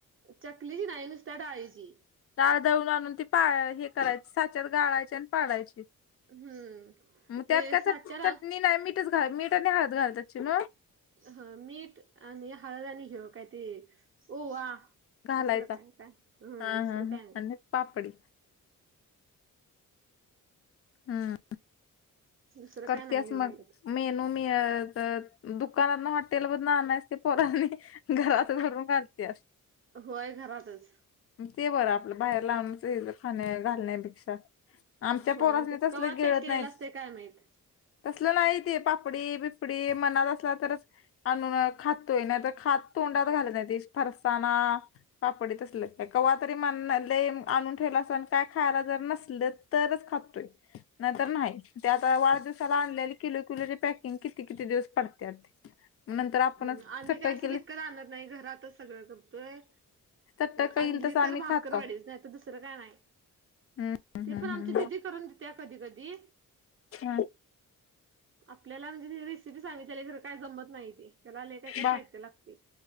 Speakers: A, on the right (about 40°); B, on the left (about 45°).
A: चकलीची नाही, नुसत्या डाळींची.
B: डाळ दळून आणून, ती पा हे करायची साच्यात गाळायची आणि पाडायची.
A: हम्म
B: मग त्यात
A: ते
B: काय
A: साचार
B: च चटणी नाय, मीठच घाल मीठ आणि हळद घालत असशील नव्ह.
A: ह, मीठ आणि हळद, आणि हे काय ते, ओवा.
B: घालायचा
A: दुसरं काय काय, हम्म
B: हा
A: दुसरं
B: हा
A: काय
B: हा
A: नाय.
B: आणि पापडी. हम्म.
A: दुसरं
B: करतेयस
A: काय नाही मग
B: म,
A: घालत
B: मेनू मी य त. दुकानातन, हॉटेल वरन आणयचे, ते पोरांनी घरात करून घालत्यात.
A: होय घरातच.
B: ते बरं आपलं, बाहेर ला आणूनच हे खाण्या घालण्या पेक्षा, आमच्या
A: होय
B: पोरसनी
A: आणि ते
B: तसल
A: कवा
B: गिळत
A: पॅक केलेला
B: नाहीत.
A: असतय काय माहित
B: तसलं नाही ते, पापडी बिपडी मनात असला तरच. आणून खातोय नाही तर खात- तोंडात घालनात. ते फरसाणा, पापडी तसलं काय कवातरी मन्हा लय आणून ठेवल. काय खायला जर नसलं, तरच खातोय. नाहीतर नाहय. ते आता वाढदिवसाला आणलेली किलो, किलोची पॅके किती किती दिवस पडत्यात. नंतर आपणच
A: हम्म आम्ही
B: <unintelligible>
A: काय असं विकत आणत नाही घरातच. सगळं करतोय.
B: चटक
A: आणली
B: येईल तसं आम्ही
A: तर भाकरवडीच
B: खाताव.
A: नाही तर दुसरं काय नाही.
B: हम्म
A: ते पण
B: हम्म
A: आमची
B: हम्म
A: दिदी करून देत्या, कधी- कधी.
B: हा
A: आपल्याला म्हणजे रेसिपी सांगितली खरं काय जमत नाही ते. त्याला लय काय काय
B: बा
A: साहित्य लागते,